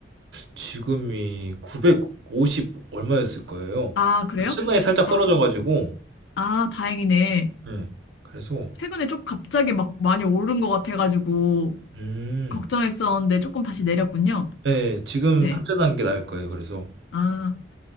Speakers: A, on the right; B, on the left.
A: 지금이 950 얼마였을 거예요.
B: 아, 그래요?
A: 그 최근에 살짝
B: 아,
A: 떨어져 가지고
B: 아, 다행이네.
A: 예. 그래서
B: 최근에 좀 갑자기 막 많이 오른 것 같아가지고
A: 음.
B: 걱정했었는데 조금 다시 내렸군요.
A: 예. 지금
B: 네.
A: 환전한 게 나을 거예요 그래서.
B: 아,